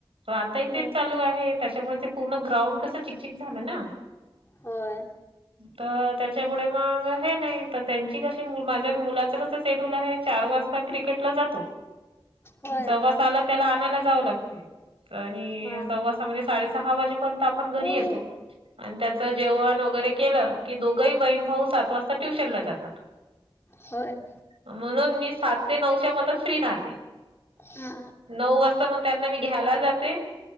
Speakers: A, on the right; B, on the left.
A: तर आताही तेच
B: ह
A: चालू आहे. त्याच्यामुळे ते पूर्ण ग्राउंड कस चिकचिक झालं ना.
B: होय
A: तर त्याच्यामुळे मग हे नाही तर त्यांची कशी माझ्या मुलाच कसं शेड्यूल आहे चार वाजता. क्रिकेटला जातो
B: होय
A: जव आला त्याला आणायला जाऊ लागते. आणि
B: हा.
A: सव्वासा म्हणजे साडेसहा वाजेपर्यंत आपण घरी
B: हा
A: येतो. आणि त्याच जेवण वगैरे केलं की दोघही बहीण भाऊ सात वाजता ट्युशन ला जातात.
B: होय.
A: म्हणून मी सात ते नऊच्या मतात फ्री राहते
B: हा
A: नऊ वाजताण त्यांना मी घ्याला जाते